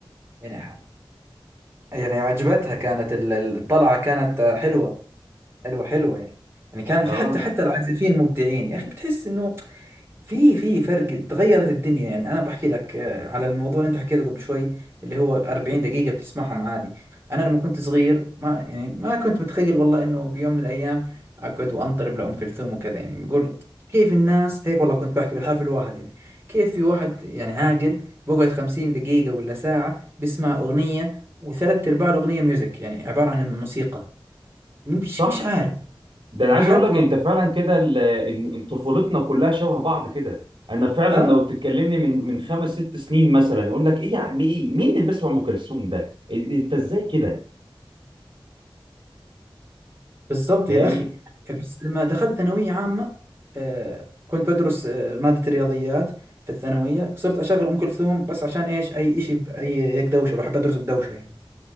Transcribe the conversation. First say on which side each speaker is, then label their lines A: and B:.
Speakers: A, on the right; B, on the right.
A: يعني ح- يعني عجبتها كانت ال- ال- الطلعه كانت حلوه حلوه حلوه يعني يعني كان
B: اه
A: في حتى حتى العازفين مبدعين يا اخي بتحس انه في في فرق تغيرت الدنيا يعني انا بحكي لك آه، على الموضوع اللي انت حكيته قبل شوي اللي هو 40 دقيقة بتسمعهم عادي انا لما كنت صغير ما يعني ما كنت متخيل والله انه في يوم من الايام اقعد وانطرب لأم كلثوم وكذا يعني بقول كيف الناس هيك والله كنت بحكي بالحرف الواحد يعني كيف في واحد يعني عاقل بقعد 50 دقيقة ولا ساعة بسمع أغنية وثلاث أرباع الأغنية ميوزك يعني عبارة عن موسيقى مش
B: صح
A: مش عارف
B: ده انا
A: لحد
B: عايز اقول لك
A: ما
B: انت فعلا كده ال- ان إن طفولتنا كلها شبه بعض كده انا فعلا
A: اه
B: لو تكلمني من من خمس ست سنين مثلا اقول لك ايه يا عم ايه مين اللي بيسمع ام كلثوم ده إيه- إيه، انت ازاي كده
A: بالظبط
B: فاهمني
A: يا أخي بس لما دخلت ثانوية عامة آه، كنت بدرس آه، مادة الرياضيات في الثانوية صرت أشغل أم كلثوم بس عشان إيش أي إشي بأي هيك دوشة بحب أدرس بدوشة يعني